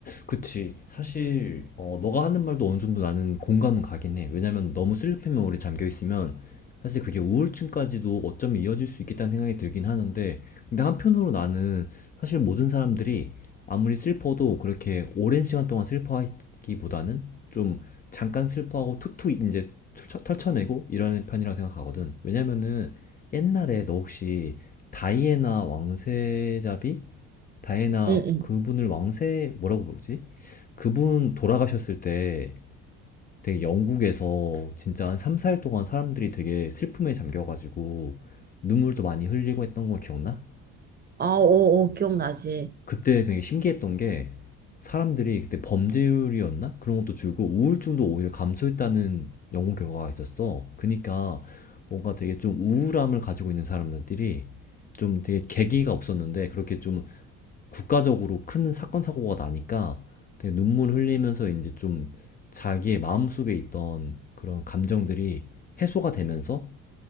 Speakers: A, on the left; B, on the right.
A: 그치. 사실 어, 너가 하는 말도 어느 정도 나는 공감은 가긴 해. 왜냐면 너무 슬리핑 메모리에 잠겨 있으면 사실 그게 우울증까지도 어쩌면 이어질 수 있겠다는 생각이 들긴 하는데 근데 한편으로 나는 사실 모든 사람들이 아무리 슬퍼도 그렇게 오랜 시간 동안 슬퍼하기보다는 좀 잠깐 슬퍼하고 툭툭 이제 툴쳐- 털쳐내고 이러는 편이라고 생각하거든. 왜냐면은 옛날에 너 혹시 다이애나 왕세자비 다이애나
B: 응, 응.
A: 그분을 왕세 뭐라고 부르지? 그분 돌아가셨을 때 되게 영국에서 진짜 한 3, 4일 동안 사람들이 되게 슬픔에 잠겨가지고 눈물도 많이 흘리고 했던 거 기억나?
B: 아, 어, 어, 기억나지.
A: 그때 되게 신기했던 게 사람들이 그때 범죄율이었나? 그런 것도 줄고 우울증도 오히려 감소했다는 연구 결과가 있었어. 그니까 뭔가 되게 좀 우울함을 가지고 있는 사람들이 좀 되게 계기가 없었는데 그렇게 좀 국가적으로 큰 사건 사고가 나니까 되게 눈물 흘리면서 이제 좀 자기의 마음속에 있던 그런 감정들이 해소가 되면서